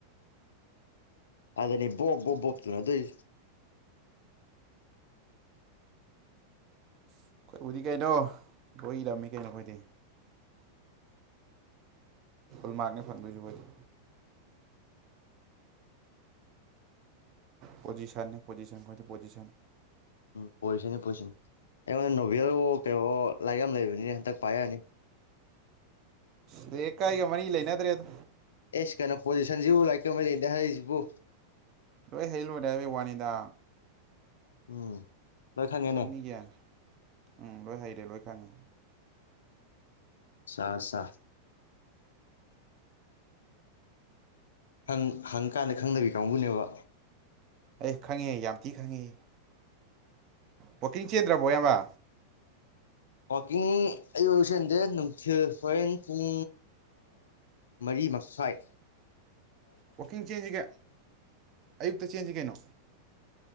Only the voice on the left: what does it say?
ꯑꯗꯅꯤ ꯣꯞꯣꯣꯞꯇꯨꯅ ꯑꯗꯨꯏ
ꯎꯝ ꯑꯣꯏꯁꯅꯤ ꯄꯁꯅꯤ ꯑꯩꯉꯣꯟꯗ ꯅꯣꯚꯦꯜ ꯀꯩꯅꯣ ꯂꯥꯏꯔꯤꯛ ꯌꯥꯝ ꯂꯩꯕꯅꯤꯅ ꯍꯟꯗꯛ ꯄꯥꯏ ꯌꯥꯛ ꯌꯥꯅꯤ
ꯑꯦꯁ ꯀꯩꯅꯣ ꯄꯣꯖꯤꯁꯟꯁꯤꯕꯨ ꯂꯥꯛꯀꯦ ꯃ ꯂꯩꯗ ꯍꯥꯏꯁꯤꯕꯨ
ꯎꯝ ꯂꯣꯏ ꯈꯪꯉꯦꯅꯦ
ꯁꯥ ꯁꯥ ꯪ ꯍꯪꯀꯥꯟꯗ ꯈꯪꯗꯕꯤ ꯀꯥꯡꯕꯨꯅꯦꯕ
ꯋꯥꯋꯥꯛꯀꯤꯡ ꯑꯌꯨ ꯑꯣꯏꯁꯤꯦꯟꯗꯦ ꯅꯨꯡꯊꯤꯜ ꯍꯣꯔꯦꯟ ꯄꯨꯡ ꯃꯔꯤ ꯃꯈ꯭ꯥꯏ